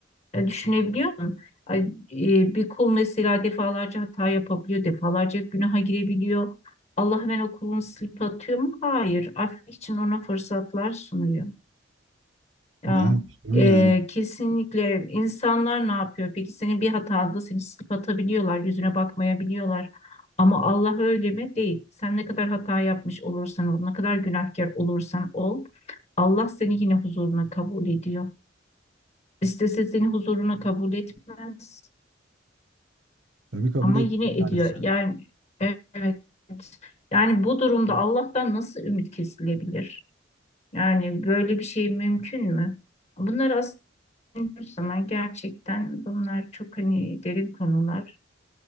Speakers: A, on the left; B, on the right.
A: Ya düşünebiliyor musun? e, bir kul mesela defalarca hata yapabiliyor, defalarca günaha girebiliyor. Allah hemen o kulunu silip atıyor mu? Hayır. Affetmek için ona fırsatlar sunuyor. Ya
B: Yani bunu
A: e,
B: yani
A: kesinlikle insanlar ne yapıyor? Peki senin bir hatanda seni silip atabiliyorlar, yüzüne bakmayabiliyorlar. Ama Allah öyle mi? Değil. Sen ne kadar hata yapmış olursan ol, ne kadar günahkar olursan ol, Allah seni yine huzuruna kabul ediyor. İstese seni huzuruna kabul etmez
B: tabii kabul
A: ama
B: etmez.
A: yine ediyor. Yani evet. Yani bu durumda Allah'tan nasıl ümit kesilebilir? Yani böyle bir şey mümkün mü? Bunlar aslında düşündüğümüz zaman gerçekten bunlar çok hani derin konular.